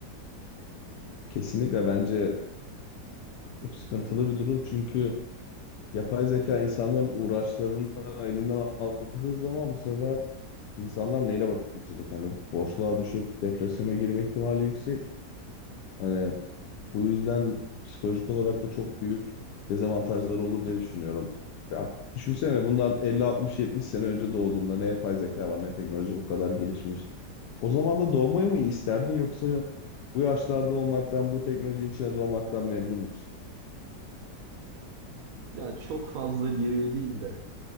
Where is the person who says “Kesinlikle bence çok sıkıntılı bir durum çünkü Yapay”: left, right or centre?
Left